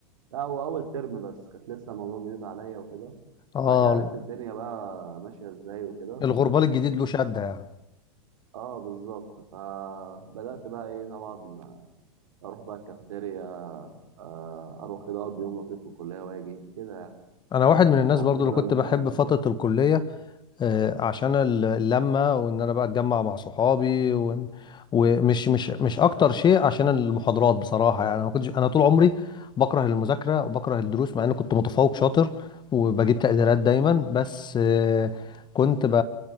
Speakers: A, on the right (about 70°); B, on the left (about 25°).
A: لا هو أول ترم بس كانت لسه الموضوع جديد عليا وكده
B: آه
A: بعد كده عرفت الدنيا بقى ماشية إزاي وكده
B: الغربال الجديد له شدة يعني
A: اه بالظبط فبدأت بقى إيه طبعا أروح بقى الكافيتيريا آه، أروح كده أقضي يوم لطيف في الكلية وأجي كده يعني
B: أنا واحد من الناس
A: ما
B: برضو
A: كنتش
B: اللي
A: بقى
B: كنت
A: مهتم
B: بحب فترة الكلية آه، عشان ال- اللمة وان انا بقى اتجمع مع صحابي وإن- ومش مش مش اكتر شيء عشان المحاضرات بصراحة يعني انا ما كنتش انا طول عمري بكره المذاكرة وبكره الدروس مع اني كنت متفوق شاطر وبجيب تقديرات دايما بس آه، كنت ب